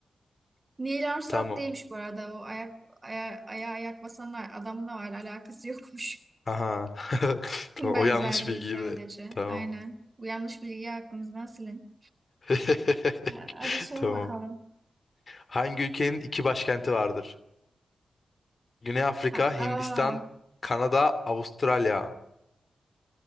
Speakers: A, on the right; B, on the left.
A: Neil Armstrong
B: Tamam.
A: değilmiş bu arada. O ayak, aya, ayağa ayak basan adamla var. Alakası yokmuş.
B: Aha. <laughs>
A: <laughs>
B: Tamam
A: Benzerliği
B: o yanlış bilgiydi.
A: sadece.
B: Tamam.
A: Aynen. Bu yanlış bilgiyi aklımızdan silin.
B: <laughs>
A: Ha, Hadi sor
B: Tamam.
A: bakalım.
B: Hangi ülkenin iki başkenti vardır? Güney Afrika,
A: Ha,
B: Hindistan,
A: Aa,
B: Kanada, Avustralya.